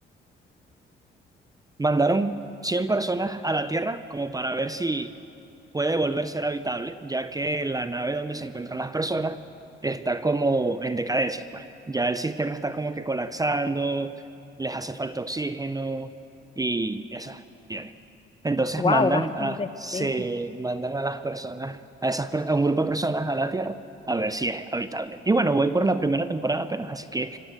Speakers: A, on the right; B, on the left.
A: Mandaron 100 personas a la Tierra como para ver si puede volver a ser habitable, ya que la nave donde se encuentran las personas está como en decadencia, pues. Ya el sistema está como que colapsando, les hace falta oxígeno y esas tiene. Entonces
B: wow,
A: mandan
B: bastante.
A: a, se
B: sí.
A: mandan a las personas, a esas, per- a un grupo de personas a la Tierra a ver si es habitable. Y bueno, voy por la primera temporada apenas, así que